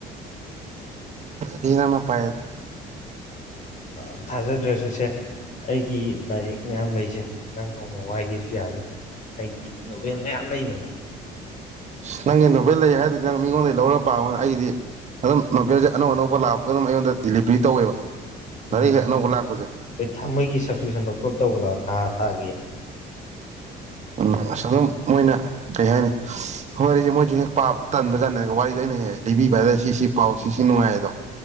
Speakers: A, on the right; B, on the left.
A: ꯅꯅ ꯄꯑꯗ
B: ꯎ ꯊꯥꯖꯗ꯭ꯔꯦꯁꯨꯁꯦ ꯑꯩꯒꯤ ꯂꯥꯏꯔꯤꯛ ꯃꯌꯥꯝ ꯂꯩꯖꯦ ꯅꯪ ꯅꯣꯡꯃ ꯋꯥꯏꯒꯦꯁꯨ ꯌꯥꯅꯤ ꯑꯩꯒꯤ ꯅꯣꯚꯦꯜ ꯃꯌꯥꯝ ꯂꯩꯕꯅꯤ
A: ꯑ ꯅꯪꯒꯤ ꯅꯨꯈꯩ ꯂꯩ ꯍꯥꯏꯔꯗꯤ ꯅꯪ ꯃꯤꯉꯣꯟꯗꯒꯤꯩ ꯂꯧꯔ ꯄꯥꯕꯅꯤꯅ ꯑꯩꯗꯤ ꯑꯗꯨꯝ ꯅꯄꯦꯜꯁꯦ ꯑꯅꯧ ꯑꯅꯧꯕ ꯂꯥꯛꯄꯒ ꯑꯗꯨꯝ ꯑꯩꯉꯣꯟꯗ ꯗꯤꯂꯤꯚꯔꯤ ꯇꯧꯋꯦꯕ ꯂꯥꯏꯔꯤꯛ
B: ꯎꯝ
A: ꯍꯦꯛ ꯑꯅꯧꯕ ꯂꯥꯛꯄꯁꯦ
B: ꯑꯩꯣꯏ ꯊ ꯃꯣꯏꯒꯤ ꯁꯞꯁꯀ꯭ꯔꯤꯞꯁꯟ ꯂꯧꯊꯣꯔꯑ ꯇꯧꯕꯗꯣ ꯊꯥ ꯊꯥꯒꯤ
A: ꯎ ꯑꯁ ꯑꯗꯨꯝ ꯃꯣꯏꯅ ꯀꯩ ꯍꯥꯏꯅꯤ ꯍꯣꯏꯔꯤꯁꯦ ꯃꯣꯏꯁꯨ ꯍꯦꯛ ꯄꯥꯕꯗ ꯇꯟꯕ ꯆꯥꯅꯔꯒ ꯋꯥꯔꯤꯗ ꯑꯩ ꯅꯦꯍꯦ ꯂꯤꯕꯤꯕ ꯍꯥꯏꯗ ꯁꯤꯁꯤ ꯄꯥꯎ ꯁꯤꯁꯤ ꯅꯨꯡꯉꯥꯏ ꯑꯗꯣ